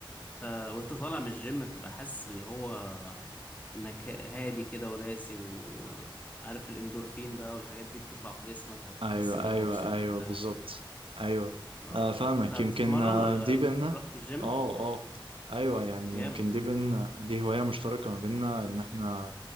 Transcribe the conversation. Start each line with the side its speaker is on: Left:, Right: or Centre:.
Left: انت وانت طالع من الجيم بتبقى حاسس اللي هو انك هادي كده وراسي وعارف الاندورفين بقى والحاجات دي بتطلع في جسمك فبتحس
Right: ايوه
Left: انك
Right: ايوه
Left: مبسوط
Right: ايوه
Left: وبتاع
Right: بالظبط ايوه
Left: اه
Right: آه فاهمك
Left: انت
Right: يمكن
Left: بتتمرن
Right: آه
Left: ولا
Right: دي
Left: لا
Right: بينا
Left: رحت الجيم
Right: اه اه ايوه يعني
Left: جامد
Right: يمكن دي بينا دي هوايه مشتركه ما بينا ان احنا